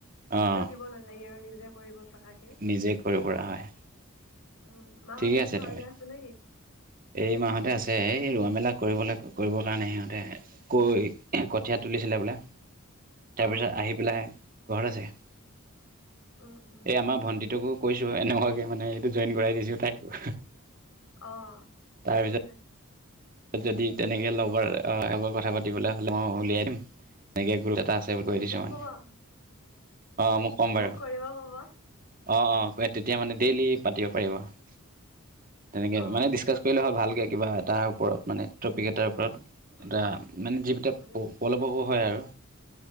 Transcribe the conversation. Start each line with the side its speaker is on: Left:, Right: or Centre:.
Right: অহ
Left: বেলেগক দিব নালাগে আৰু নিজে কৰিব পৰাকে
Right: নিজে কৰিব পৰা হয়।
Left: উম, মাহতে
Right: ঠিকে আছে
Left: কি ঘৰতে
Right: তুমি
Left: আছ নে কি?
Right: এই মাহতে আছে এই ৰোৱা মেলা কৰিবলৈ কৰিবৰ কাৰণে সিহঁতে কৈ কঠিয়াত তুলিছিলে বোলে। তাৰপিছত
Left: অ
Right: আহি পেলাই ঘৰত আছে এই
Left: উম উম
Right: আমাৰ ভন্টিটোকো কৈছো এনেকোৱাকে মানে এইটো জইন কৰাই দিছো তাইকো।
Left: অ,
Right: তাৰপিছত
Left: ভালে কৈছে।
Right: যদি তেনেকে লগৰ এৰ কথা পাতিবলৈ হলে মই উলিয়াই দিম এনেকে গ্ৰুপ এটা আছে। বুলি কৈ দিছোঁ
Left: মোক
Right: মানে
Left: কবা
Right: অ ক'ম বাৰু
Left: মোক কৰিব কব?
Right: অ, অ তেতিয়া মানে ডেইলি পাতিব পাৰিব তেনেকে
Left: অ
Right: মানে ডিচকাচ কৰিলে হয়। ভালকে কিবা এটা ওপৰত মানে টপিক এটাৰ ওপৰত
Left: উম
Right: এটা মানে যিবটা
Left: উম
Right: পলৱকো হয় আৰু